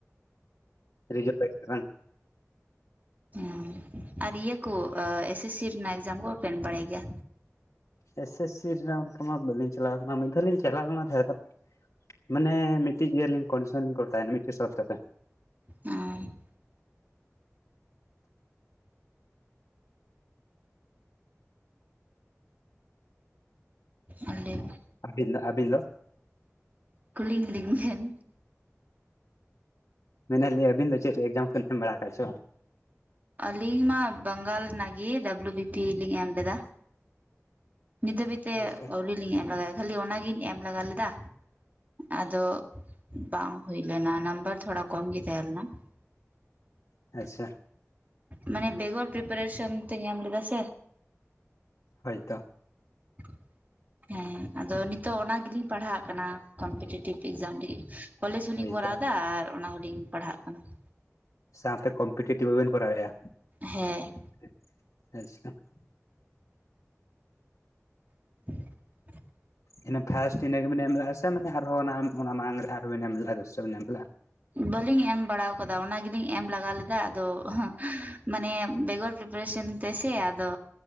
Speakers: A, on the left; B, on the right.
A: ᱨᱤᱡᱚᱵ ᱵᱮᱸᱠ ᱨᱮᱱᱟᱝ
B: ᱦᱩᱸᱻ ᱟᱨ ᱤᱭᱟᱹ ᱠᱳ ᱟᱻ ᱮᱥ ᱮᱥ ᱥᱤ ᱨᱮᱱᱟᱜ ᱮᱠᱡᱟᱢ ᱠᱚ ᱵᱟᱯᱮ ᱮᱢ ᱵᱟᱲᱟᱭ ᱜᱮᱭᱟ
A: ᱮᱥ ᱮᱥ ᱥᱤ ᱨᱮᱱᱟᱜ ᱚᱝᱠᱟ ᱢᱟ ᱵᱟᱹᱞᱤᱧ ᱪᱟᱞᱟᱣ ᱠᱟᱱᱟ ᱢᱤᱫ ᱫᱷᱟᱣ ᱞᱤᱧ ᱪᱟᱞᱟᱣ ᱞᱮᱱᱟ ᱛᱟᱦᱮᱸᱫᱚᱜ ᱢᱟᱱᱮ ᱢᱤᱜᱴᱤᱡ ᱜᱮᱞᱤᱧ ᱠᱚᱱᱥᱚᱱ ᱞᱤᱧ ᱠᱚᱴᱥᱣᱱᱟ ᱢᱤᱴᱤᱡ ᱥᱚᱨᱛᱚ ᱛᱮ
B: ᱦᱚᱸ ᱟᱨ ᱞᱟᱹᱭᱵᱤᱱ
A: ᱟᱵᱤᱱ ᱫᱚ ᱟᱵᱤᱱ ᱫᱚ
B: ᱠᱩᱞᱤᱧ ᱞᱤᱧ ᱵᱷᱮᱱ
A: ᱢᱮᱱᱮᱟᱞᱤᱧ ᱟᱹᱵᱤᱱ ᱫᱚ ᱪᱮᱫ ᱨᱮ ᱮᱠᱡᱟᱢ ᱠᱚᱵᱤᱱ ᱮᱢ ᱵᱟᱲᱟ ᱠᱟᱜᱼᱟ ᱪᱮ ᱵᱟᱝ
B: ᱟᱞᱤᱧ ᱢᱟ ᱵᱟᱝᱜᱟᱞ ᱨᱮᱱᱟᱜ ᱜᱮ ᱰᱟᱵᱞᱩ ᱵᱤᱯᱤ ᱞᱤᱧ ᱮᱢ ᱞᱮᱫᱟ ᱱᱤᱛ ᱫᱷᱟᱹᱵᱤᱡ ᱛᱮ
A: ᱟᱪᱪᱷᱟ
B: ᱟᱹᱣᱲᱤ ᱞᱤᱧ ᱮᱢ ᱞᱮᱜᱟᱭᱟ ᱠᱷᱟᱹᱞᱤ ᱚᱱᱟᱜᱤᱧ ᱮᱢ ᱞᱮᱜᱟ ᱞᱮᱫᱟ ᱟᱫᱚ ᱵᱟᱝ ᱦᱩᱭᱞᱮᱱᱟ ᱱᱟᱢᱵᱟᱨ ᱛᱷᱚᱲᱟ ᱠᱚᱢᱜᱤ ᱛᱟᱦᱮᱸᱞᱮᱱᱟ <inaudible>
A: ᱟᱪᱪᱷᱟ
B: ᱢᱟᱱᱮ ᱵᱮᱜᱚᱨ ᱯᱨᱤᱯᱟᱨᱮᱥᱚᱱ ᱛᱮᱧ ᱮᱢ ᱞᱮᱫᱟ ᱥᱮ
A: ᱦᱚᱭ ᱛᱚ
B: <inaudible> ᱦᱮᱸ ᱟᱫᱚ ᱱᱤᱛᱳᱜ ᱚᱱᱟ ᱜᱮᱞᱤᱧ ᱯᱟᱲᱦᱟᱜ ᱠᱟᱱᱟ ᱠᱚᱢᱯᱤᱴᱤᱮᱴᱤᱵᱽ ᱮᱠᱡᱟᱢ ᱨᱮᱜᱮ ᱠᱚᱞᱮᱡᱽ ᱦᱚᱞᱤᱧ
A: ᱦᱳᱭᱛᱚ
B: ᱠᱚᱨᱟᱣ ᱮᱫᱟ ᱟᱨ ᱚᱱᱟ ᱦᱚᱞᱤᱧ ᱯᱟᱲᱦᱟᱜ ᱠᱟᱱᱟ <inaudible>
A: ᱥᱟᱶᱛᱮ ᱠᱚᱢᱯᱤᱴᱮᱴᱤᱵᱷ ᱵᱟᱵᱮᱱ ᱠᱚᱨᱟᱣ ᱮᱜ -ᱟ
B: ᱦᱮᱸ
A: <unintelligible>
B: <inaudible>
A: ᱤᱱᱟᱹ ᱯᱷᱟᱥᱴ ᱤᱱᱟᱹ ᱜᱮᱵᱮᱱ ᱮᱢ ᱞᱮᱫᱼᱟ ᱥᱮ ᱢᱟᱱᱮ ᱟᱨᱦᱚᱸ ᱚᱱᱟ ᱢᱟᱲᱟᱝ ᱨᱮ ᱟᱨᱦᱚᱸ ᱵᱤᱱ ᱮᱢ ᱞᱮᱜ -ᱟ ᱫᱩᱥᱚ ᱵᱮᱱ ᱮᱢ ᱞᱮᱫᱼᱟ
B: ᱵᱟᱹᱞᱤᱧ ᱮᱢ ᱵᱟᱲᱟ ᱠᱟᱫᱟ ᱚᱱᱟ ᱜᱮᱞᱤᱧ ᱮᱢ ᱞᱟᱜᱟ ᱞᱮᱫᱟ ᱟᱫᱚ ᱢᱟᱱᱮ ᱵᱮᱜᱚᱨ ᱯᱨᱤᱯᱟᱨᱮᱥᱚᱱ ᱛᱮ ᱥᱮ ᱟᱫᱚ